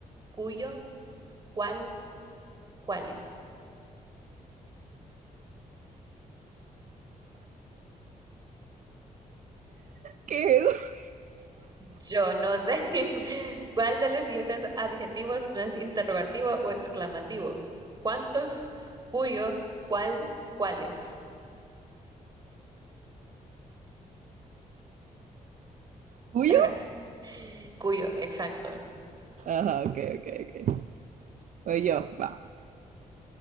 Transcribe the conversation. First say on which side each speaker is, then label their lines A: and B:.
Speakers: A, on the right; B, on the right.
A: ¿Cuyo? ¿Cuál? ¿Cuáles?
B: ¿Qué es?
A: Yo no sé. <laughs> ¿Cuál de los siguientes adjetivos no es interrogativo o exclamativo? ¿Cuántos? ¿Cuyo? ¿Cuál? ¿Cuáles?
B: ¿Tuyo?
A: Ajá, Cuyo, exacto.
B: Ajá, ok, ok, ok. Voy yo, va.